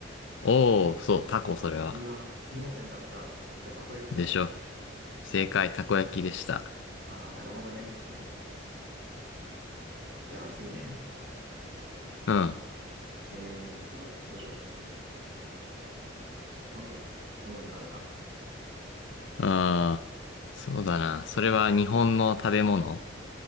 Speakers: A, on the left (about 75°); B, on the right (about 60°).
A: おー、そう、タコ、それは。
B: うわ、盲点だった。じゃあ、たこ焼きだ。
A: でしょ。正解、たこ焼きでした。
B: あー、なるほどね。オッケーオッケー。じゃあ、次ね。
A: うん。
B: えーっと、どうしよう。OK。思い浮かべた。
A: あー、そうだな。それは日本の食べ物